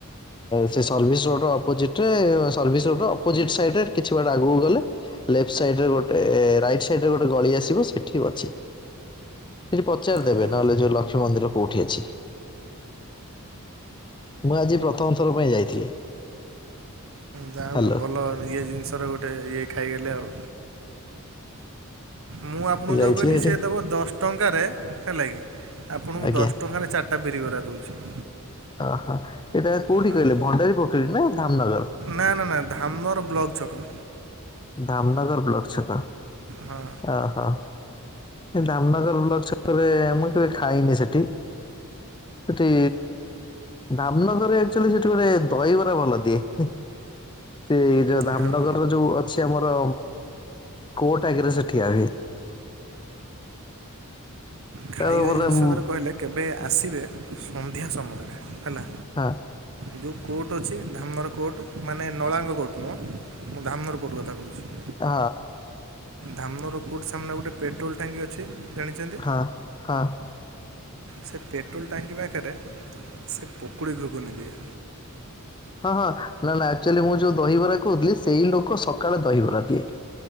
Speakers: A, on the left; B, on the right.
A: ସେ ସର୍ଭିସ୍ ରୋଡ ଅପୋଜିଟରେ ସର୍ଭିସ୍ ରୋଡ ର ଅପୋଜିଟ୍ ସାଇଡ କିଛି ବାଟେ ଆଗକୁ ଗଲେ ଲେଫ୍ଟ ସାଇଡ ରେ ଗୋଟେ ରାଇଟ ସାଇଡରେ ଗୋଟେ ଗଳି ଆସିବ ସେଠି ଅଛି। ସେଠି ପଚାର
B: ଓହୋ
A: ଦେବେ ନହେଲେ ଯେଉଁ ଲକ୍ଷ୍ମୀ ମନ୍ଦିର କଉଠି ଅଛି? ମୁଁ ଆଜି ପ୍ରଥମ ଥର ପାଇଁ ଯାଇଥିଲି।
B: ଯାହା
A: ହ୍ୟାଲୋ
B: ଗୋଟେ ଭଲ ଇଏ ଜିନିଷର ଗୋଟେ ଗ ଇଏ ଖାଇଗଲେ ଆଉ। ମୁଁ ଆପଣଙ୍କୁ
A: ଯାଇଥିଲି
B: ଯୋଉ କହିଲି
A: ସେଠି
B: ସେ ଦେବ ଦଶ୍ ଟଙ୍କାରେ ହେଲା କି ଆପଣଙ୍କୁ
A: ଆଜ୍ଞା
B: ଦଶ ଟଙ୍କାରେ ଚାରିଟା ବିରି କର ଦଉଛି।
A: ଓହୋ ଏଇଟା କୋଉଠି
B: ହେଲା
A: କହିଲେ ଭଣ୍ଡାରୀ ପୋଖରୀ ନା ଧାମନଗର?
B: ନା ନା ନା ଧାମନଗର ବ୍ଲକ ଛକ।
A: ଧାମନଗର ବ୍ଲକ ଛକା।
B: ହଁ
A: ଅ ହ। ଧାମନଗର ବ୍ଲକ ରେ ମୁଁ କେବେ ଖାଇନି ସେଠି। ସେଟି ଧାମନଗରରେ ଏକଚୁଆଲି ସେଠି ଗୋଟେ ଦହିବରା ଭଲ ଦିଏ। ସେ ଯୋଉ ଧାମନଗରର
B: ହଁ
A: ଯୋଉ ଅଛି ଆମର କୋଟ ଆଗରେ ସେ ଠିଆ ହିଏ।
B: ଖାଇବା
A: ତାର ଗୋଟେ
B: ଜିନିଷରେ
A: ହଁ
B: କହିଲେ କେବେ ଆସିବେ ସନ୍ଧ୍ୟା ସମୟ ଆରେ ହେଲା।
A: ହଁ
B: ଯେଉଁ କୋର୍ଟ ଅଛି ଧାମନର କୋର୍ଟ ମାନେ ନଳାଙ୍ଗ କୋର୍ଟ ନୁହଁ ଧାମନର କୋର୍ଟ କଥା କୋହୁଚି।
A: ଅ
B: ଧାମନର କୋର୍ଟ ସାମ୍ନା ଗୋଟେ ପେଟ୍ରୋଲ୍ ଟାଙ୍କି ଅଛି। ଜାଣିଛନ୍ତି
A: ହଁ ହଁ।
B: ସେ ପେଟ୍ରୋଲ୍ ଟାଙ୍କି ପାଖରେ ସେ ପକୁଡ଼ି ଘୁକୁୁନି ଦିଏ।
A: ହଁ ହଁ ନାଁ ନାଁ ଆକ୍ଚୁଆଲି ମୁଁ ଯୋଉ ଦହିବରା କୋହୁଥିଲି ସେଇ ଲୋକ ସକାଳେ ଦହିବରା ଦିଏ।